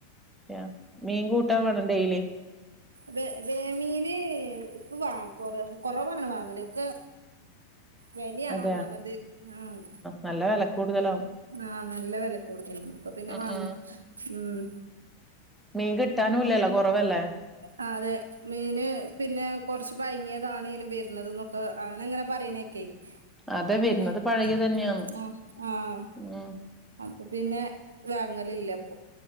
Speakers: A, in the centre; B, on the right.
A: യാ മീൻ കൂട്ടാൻ വേണം ഡെയിലി
B: വെ വെമീന് ഇപ്പം വ കൊറ കൊറവാണ് വാങ്ങല് ഒക്കെ വെലിയാണോന്നാമത്,
A: അതെ
B: ആഹ്
A: നല്ല വില കൂടുതലാവും
B: ആഹ് നല്ല വെല കൂടുതലാണ് അപ്പൊ പിന്നെ
A: ഉം
B: വാങ്ങി.
A: ഉം
B: ഉം
A: മീൻ കിട്ടാനുംല്ലല്ലോ കെറവല്ലേ?
B: ആഹ് അതെ മീന് പിന്നെ കൊർച്ച് പയ്ങ്ങിയതാണേനും വരുന്നത് ന്നൊക്കെ അങ്ങന അങ്ങനെ പറിണേക്കെ
A: അതെ
B: അപ്പൊ പിന്നെ
A: വരുന്നത് പഴകിയ തന്നെയാന്ന്
B: ഉം ആഹ് ആഹ്
A: ഉം
B: അപ്പൊ പിന്നെ വാങ്ങല് ഇല്ല ഇപ്പൊ